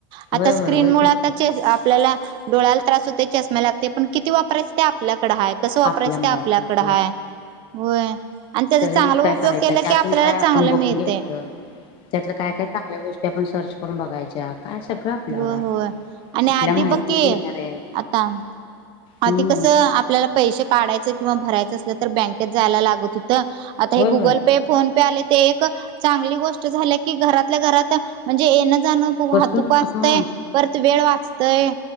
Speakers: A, on the left; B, on the right.
A: होय
B: आता स्क्रीन
A: होय होय
B: मुळे
A: तस
B: आताचे आपल्याला डोळ्याला त्रास होते चष्मा लागते पण किती वापरायच ते आपल्याकडं हाय कसं वापरायचं
A: आपल्यामुळे
B: ते आपल्याकडं
A: आपल्या
B: हाय. होय आणि त्याचा चांगला
A: युज काय
B: उपयोग
A: करायचा
B: केला
A: त्यातून
B: की आपल्यालाच
A: काय आपण
B: चांगलं
A: बघून
B: मिळतय.
A: घ्यायचं त्यातलं काय काय चांगल्या गोष्टी आपण सर्च करून बघायच्या. काय सगळं आपल्यावर
B: होय
A: आहे
B: होय आणि
A: कुठल्या
B: आधी
A: माहिती
B: बघ की
A: घेणार आहे
B: आता आधी
A: हम्म
B: कसं आपल्याला पैसे काढायचं किंवा भरायचं असलं तर बँकेत जायला लागत हो त आता हे
A: होय
B: गुगल
A: होय
B: पे फोन पे आले ते एक चांगली गो ष्ट झाले की घरातल्या घरात म्हणजे येणं जाण वाहतूक
A: बसून
B: वाचतय
A: हा
B: परत वेळ वाचतय.